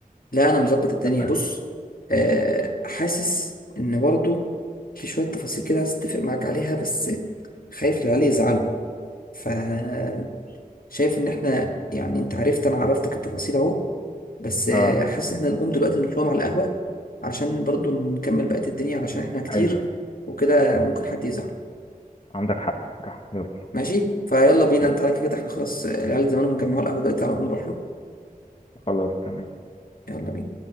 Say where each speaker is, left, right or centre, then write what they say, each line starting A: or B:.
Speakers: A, on the left; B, on the left.
A: لا انا مظبط
B: اتفقنا.
A: الدنيا بص آه حاسس ان برضو في شويه تفاصيل كده عايز اتفق معاك عليها بس خايف العيال يزعلوا فشايف ان احنا يعني انت عرفت انا عرفتك التفاصيل اهو بس آه،
B: اه
A: حاسس ان احنا نقوم دلوقتي نروح لهم على القهوه علشان برضو نكمل بقيه الدنيا علشان احنا كتير
B: ايوه
A: وكده ممكن حد يزعل
B: عندك حق الصراحه يلا
A: ماشي فيلا بينا
B: أيوه.
A: انت على كده احنا خلاص آه، العيال زمانهم جمعوا القهوه دلوقتي على طول نروح له
B: خلاص تمام
A: يلا بينا